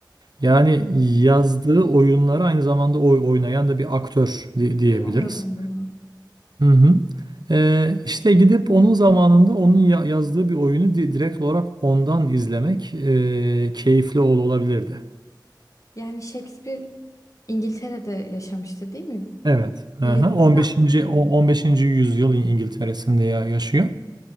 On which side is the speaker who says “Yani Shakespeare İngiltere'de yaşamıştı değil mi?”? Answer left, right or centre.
Left